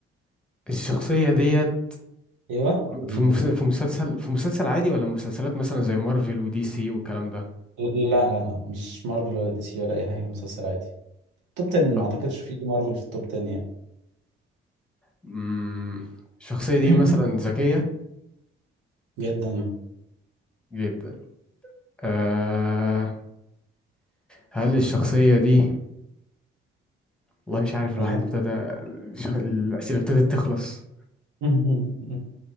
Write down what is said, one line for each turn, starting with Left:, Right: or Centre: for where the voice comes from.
Centre: الشخصية ديت
Right: ايوه جيبه
Centre: في مس-
Right: دلوقتي
Centre: في مسلسل في مسلسل عادي ولا مسلسلات مثلا زي مارفل ودي سي والكلام ده؟
Right: لا لا لا مش مارفل ولا دي سي ولا اي حاجه مسلسل عادي توب 10 ما
Centre: آه،
Right: اعتقدش في مارفل في التوب 10 يعني
Centre: مم، الشخصية دي
Right: <coughs>
Centre: مثلا ذكية
Right: <clears throat> جدا
Centre: جدا آه هل الشخصية دي والله مش عارف الواحد
Right: ايوه
Centre: ابتدى الش- الأسئلة ابتدت تخلص
Right: <laughs>